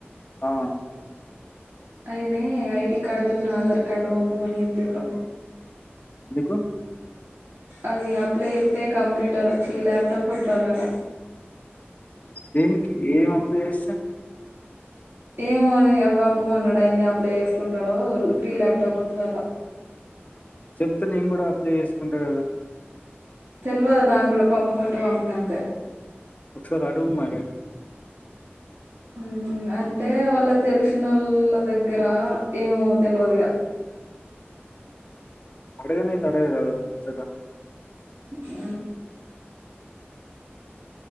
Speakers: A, on the left; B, on the right.
A: ఆ
B: అయినే ఐడి కార్డు ఉన్న ఆధార్ కార్డు వంప్పమనీ ఎప్పిండు
A: ఎందుకు
B: ఆది అప్లై ఎత్తే కంప్యూటర్ ఈ లాప్టాప్ ఒత్తంది అటా
A: దేనికి ఏవ్ అప్లై ఎషా
B: ఏవో నీ అవ్ వంపుమన్నాడు అయిన్నే అప్లై ఎస్కుంటాడో ఫ్రీ లాప్టాప్ ఒత్తదట
A: చెప్తే నేన్ గూడా అప్లై ఎస్సుకుంటా గదా
B: తెల్వద్ నా గూడా పంపుమంటే వంపినా అంతే
A: ఒక్సారి అడుగు మరి
B: హు అంటే వాళ్ళ తెల్సిషి నో ళ్ళ దెగ్గర ఏవో తెల్వద్ ఇగ
A: అడగనేతే అడగాదా ఒక ముచ్చట
B: ఊ